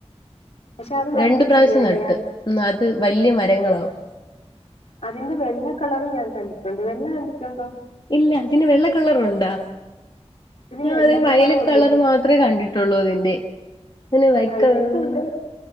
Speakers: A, on the left; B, on the left.
A: പക്ഷെ അത്
B: രണ്ടു
A: നല്ല
B: പ്രാവശ്യം
A: ചെടിയല്ലേ
B: നട്ട്
A: അതി
B: അത് വലിയ മരങ്ങളാവും
A: അതിന്റെ വെള്ള കളറും ഞാൻ കണ്ടിട്ടുണ്ട്, വെള്ള കണ്ടിട്ടുണ്ടോ
B: ഇല്ല അതിന് വെള്ളക്കള്ളറുണ്ടാ ഞാൻ
A: വെള്ള
B: അതിന്
A: കളറും
B: വയലറ്റ്
A: ഉണ്ട്
B: കളർ മാത്രമേ കണ്ടിട്ടുള്ളൂ അതിന്റെ അതിന് വൈറ്റ്
A: വൈലറ്റും
B: കളറാണ്,
A: ഉണ്ട്